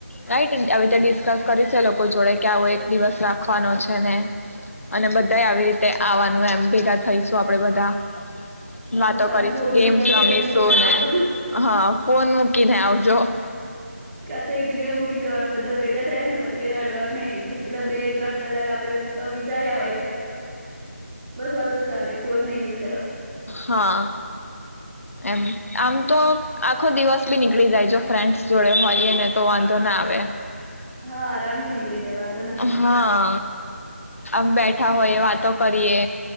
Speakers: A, on the left; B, in the centre.
A: રાઈટ આવી રીતે ડિસ્કસ કરીશું એ લોકો જોડે કે આવો એક દિવસ રાખવાનો છે. ને અને બધા આવી રીતે આવવાનું એમ ભેગા થઈશું આપણે બધાં વાતો
B: હો અને
A: કરીશું,
B: ફોન
A: ગેમ્સ
B: બધા ઘરે
A: રમીશું
B: મૂકીને આવજો
A: ને હહ ફોન કીને આવજો
B: કાતે એક તો ગેમ મૂકી દેવાના બધાં ભેગા થાયને પછી એને અડવાનું નઈ જેટલા બે ત્રણ કલાક આપણે વિચાર્યા હોય બસ વાત જ કરવાની ફોન નહીં યુસ
A: હા એમ આમ તો આખો દિવસ બી નીકળી જાય જો ફ્રેન્ડ્સ જોડે હોઈએ ને તો વાંધો ના આવે
B: હા આરામ થી નીકળી જાય વાંધ
A: હા આમ બેઠા હોય વાત તો કરીએ